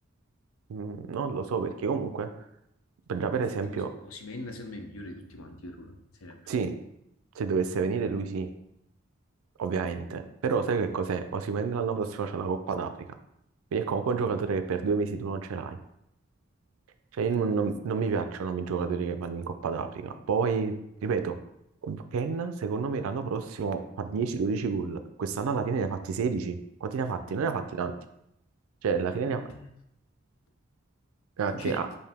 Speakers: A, on the right; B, on the left.
A: mh, non lo so, perché comunque, per-
B: eh,
A: già per esempio,
B: tipo Osimhen secondo me è il migliore di tutti quanti per ora, in Serie A.
A: sì, se dovesse venire lui sì, ovviamente. Però sai che cos'è? Osimhen l'anno prossimo c'è la Coppa d'Africa. Quindi è comunque un giocatore che per due mesi tu non ce l'hai. Cioè, io non, non- non mi piacciono i giocatori che vanno in Coppa d'Africa. Poi, ripeto, Ken, secondo me, l'anno prossimo fa 10-12 gol. Quest'anno alla fine ne ha fatti 16. Quanti ne ha fatti? Non ne ha fatti tanti. Cioè, alla fine
B: Eh,
A: ne ha, ne ha fatti
B: o circa.
A: a-